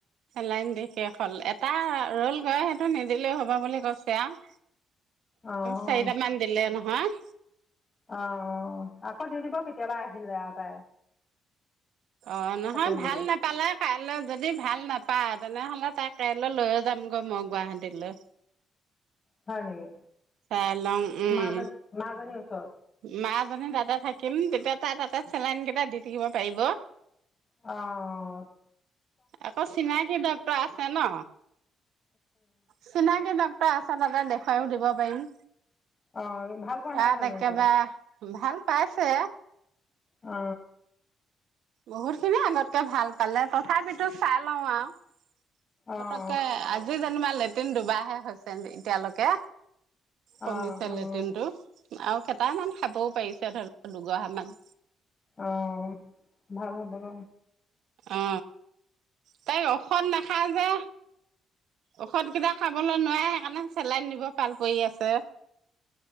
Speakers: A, on the right (about 80°); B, on the left (about 30°).
A: লাইন দি শেষ হল, এটা ৰল গৈ সেইটো নিদিলেও হ'ব বুলি কৈছে আৰু।
B: অঁ
A: চাৰিটামান দিলে নহয়।
B: অ, অ, আকৌ দি দিব কেতিয়াবা আহিলে আৰু তাই।
A: অ নহয়
B: থাকিল যদি
A: ভাল নাপালে কাইলৈ যদি যদি ভাল নাপাই তেনেহ'লে তাই কাইলৈ লৈয় যামগৈ মই গুৱাহাটীলৈ।
B: হয় নেকি?
A: চাই লং উম
B: মাজনী মাজনীৰ ওচৰত
A: মাক মানে দাদা থাকিম তেতিয়া তাই তাতে চেলাইন কেইটা দি থাকিব পাৰিব।
B: অ'।
A: আকৌ চিনাকি ডক্তৰ আছে ন। চিনাকি ডক্তৰ আছে তাতে দেখুৱাইও দিব পাৰিম।
B: অ ভাল পোৱা
A: তাত
B: নাই জানো
A: একেবাৰে
B: এতিয়া?
A: ভাল পাইছে।
B: অ।
A: বহুতখিনি আগতকে ভাল পালে, তথাপিতো চাই লওঁ আৰু।
B: অঁ
A: পতককে আজি যেনিবা লেট্ৰিন দুবাৰাহে হৈছে এতিয়ালৈকে। কমিছে
B: অঁ অঁ
A: লেট্ৰিনটো আৰু টামান খাবও পাৰিছে ধৰ দুগহামান।
B: অহ ভাল হ'ব গ
A: অ তাই ঔষধ নাখায় যে। ঔষধ কেইটা খাবলৈ নোৱাৰে সেইকাৰণে চেলাইন দিব পাল পৰি আছে।